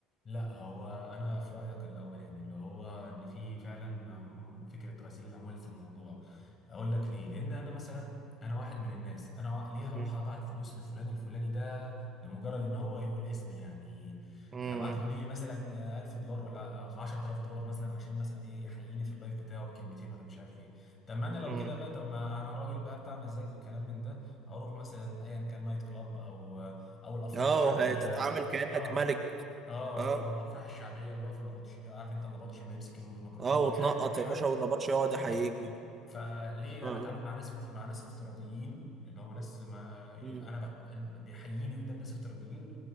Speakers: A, on the left; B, on the right.
A: لا هو انا في رايك الاولاني اللي هو ان في فعلا فكره غسيل الاموال في الموضوع اقول لك ليه لان انا مثلا انا واحد من الناس انا وا- ليه هروح
B: مم.
A: ابعت فلوس لفلان الفلاني ده لمجرد ان هو يقول اسمي يعني
B: مم.
A: ابعت له ليه مثلا 1000 دولار ولا 10000 دولار مثلا عشان مثلا ايه يحييني في اللايف بتاعه بكلمتين ولا مش عارف ايه طب ما انا لو
B: مم.
A: كده بقى طب ما انا راجل بقى بتاع مزاج وكلام من ده اروح مثلا ايا كان نايت كلاب او او الافراح
B: اه
A: الشعبيه
B: هتتعامل كأنك
A: اه
B: ملك
A: اه
B: اه
A: او الافراح الشعبيه اللي هو في النبطشيه عارف انت النبطشي ما يمسك الميكروفون
B: اه
A: والحي
B: وتنقط
A: مش
B: يا
A: عارف
B: باشا والنبطش يقعد
A: اه
B: يحييك
A: فليه
B: اه
A: انا اتعامل مع ناس مع ناس افتراضيين اللي هم ناس ما
B: مم.
A: انا بت... بيحييني قدام ناس افتراضيين